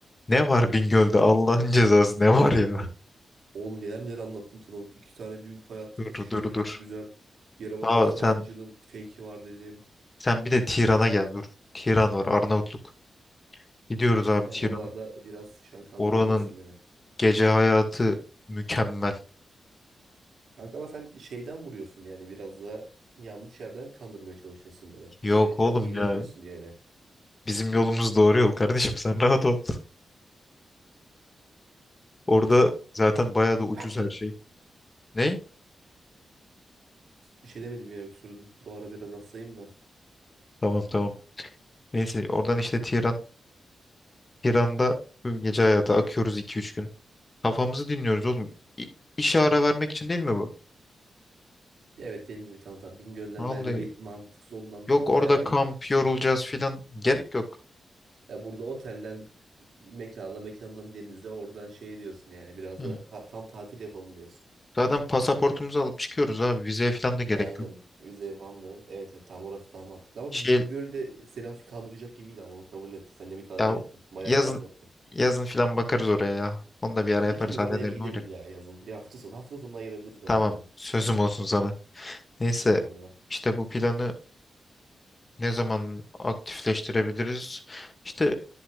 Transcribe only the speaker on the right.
Oğlum neler neler anlattım sana. İki tane büyük fay hattı
kesişiyor
dedim.
Güzel. Yerebatan
Sarnıcı'nın
fake'i var dedim.
Evet
oralarda biraz şu an kandırabilirsin
beni.
Kanka ama sen şeyden vuruyorsun yani biraz da yanlış yerden kandırmaya çalışıyorsun beni.
Böyle şu
an hile
yapıyorsun diye yani.
Ha,
Bir şey demedim ya öksürdüm. Bu ara biraz hastayım da.
Ya evet dediğin gibi tamam tamam Bingöl'den
ben de bir mantıksız olduğunu anladım.
Bayağı
bir
ya burada otelden mekana mekandan denize oradan şey diyorsun yani biraz
da ha- tam tatil yapalım diyorsun.
Ya Aynen
Üzey Vanlı evet, evet tam orası daha mantıklı ama
bir Bingöl'de seni hafif kandıracak gibiydi ama onu kabul et. Sen de mi kandıracaktın?
Bayağı
iyi anlattın.
Bir iki
gün
oraya bir gidelim
ya yazın. Bir hafta sonu. Hafta sonunu ayırabiliriz bence
ona.
Eyvallah.